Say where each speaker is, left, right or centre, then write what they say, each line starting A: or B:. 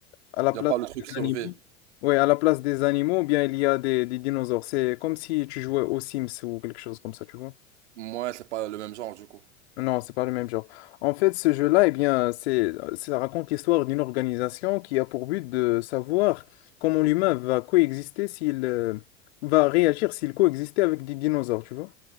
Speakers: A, on the left; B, on the right.
A: à la
B: Y
A: place
B: a pas le truc
A: des
B: survie.
A: animaux, ouais, à la place des animaux, bien, il y a des, des dinosaures. C'est comme si tu jouais aux Sims ou quelque chose comme ça, tu vois.
B: Moi, c'est pas le même genre du coup.
A: Non, c'est pas le même genre. En fait, ce jeu-là, eh bien, c'est, ça raconte l'histoire d'une organisation qui a pour but de savoir comment l'humain va coexister s'il euh, va réagir s'il coexistait avec des dinosaures, tu vois.